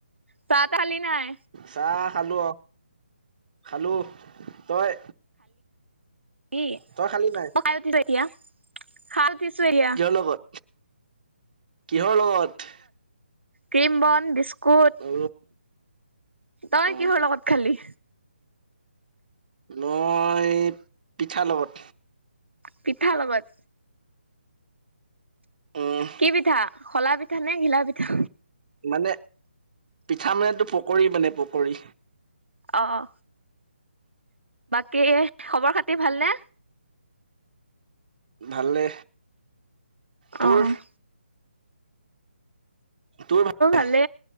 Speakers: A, on the right; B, on the right.
A: চাহ তাহ খালি নাই
B: চাহ খালো অহ, খালো তই।
A: কি,
B: তই খালি নাই
A: খাই উঠিছো এতিয়া - খাইছো উঠিছো এতিয়া।
B: কিহৰ লগত কিহৰ লগত।
A: ক্ৰীম বন বিস্কুট।
B: অ
A: তই
B: অ
A: কিহৰ লগত খালি।
B: মই পিঠা লগত।
A: পিঠা লগত।
B: উম
A: কি পিঠা। শলা পিঠা নে ঘিলা পিঠা।
B: মানে পিঠা মানেতো পকৰী মানে পকৰী।
A: অহ। তে খবৰ খাতি ভালনে।
B: ভালে। তোৰ
A: অহ ',
B: তোৰ ভা--নে
A: ভালে